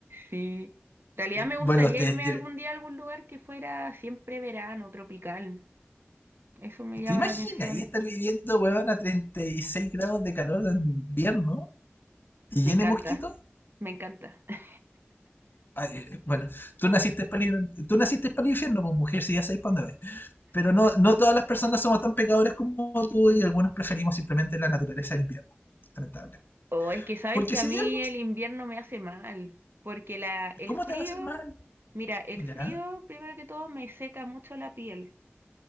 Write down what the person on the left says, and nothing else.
Bueno,
ustedes
tienen
¿Te imaginas
ahí estar viviendo, weón, a 36 grados de calor en invierno y llene
de mosquitos?
Ay, eh, bueno, tú naciste para el, tú naciste para el infierno, pues mujer, si ya sabes para dónde vais. Pero no, no todas las personas somos tan pecadores como tú y algunos preferimos simplemente la naturaleza del invierno. Lamentable.
Porque
si
hay algo,
¿cómo
te va a hacer mal?
Ya,